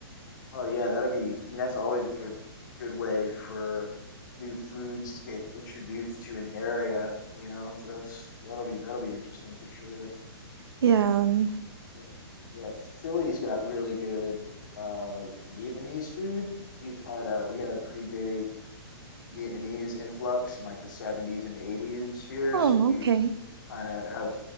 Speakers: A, on the left; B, on the right.
A: Oh yeah, that'd be, I mean, that's always a good good way for new foods to get introduced to an area, you know. So that's that'll be that'll be interesting for sure.
B: Yeah. um,
A: Yeah, yeah, Philly's got really good uh Vietnamese food. We've had a we had a pretty big Vietnamese influx in like the 70s and 80s here.
B: Oh,
A: So we've
B: okay.
A: kind of have